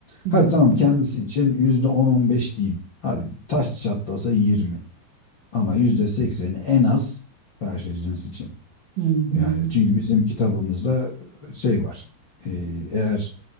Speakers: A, on the right; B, on the left.
A: Hı
B: Hadi
A: hı.
B: tamam kendisi için yüzde on on beş diyeyim. Hadi taş çatlasa yirmi Ama yüzde sekseni en az karşı cins için.
A: Hı hı.
B: Yani çünkü bizim kitabımızda e, şey var. Ee, Eğer